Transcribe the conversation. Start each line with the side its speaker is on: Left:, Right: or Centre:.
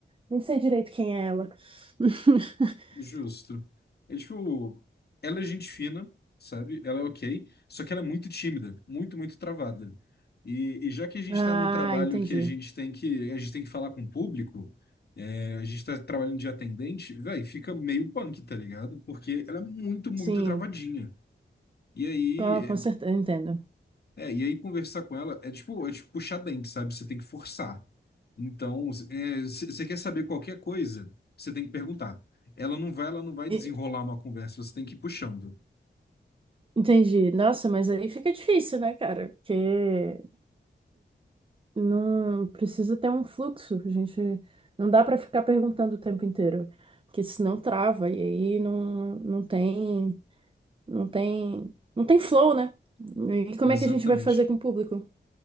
Right: Nem sei direito quem é ela. <laughs>
Left: Justo. É tipo, ela é gente fina, sabe? Ela é ok, só que ela é muito tímida, muito, muito travada. E, e já que a gente
Right: Ah,
Left: tá num trabalho
Right: entendi.
Left: que a gente tem que, a gente tem que falar com o público, é, a gente tá trabalhando de atendente, velho, fica meio punk, tá ligado? Porque ela é muito, muito
Right: Sim,
Left: travadinha. E aí,
Right: com, com certeza, entendo.
Left: é, e aí conversar com ela é tipo, é tipo puxar dente, sabe? Você tem que forçar. Então, você quer saber qualquer coisa, você tem que perguntar. Ela não vai, ela não vai
Right: E-
Left: desenrolar uma conversa, você tem que ir puxando.
Right: Entendi. Nossa, mas aí fica difícil, né, cara? Porque Não precisa ter um fluxo, a gente. Não dá para ficar perguntando o tempo inteiro, porque senão trava e aí não, não tem, não tem, não tem flow, né? E como
Left: Exatamente.
Right: é que a gente vai fazer com o público?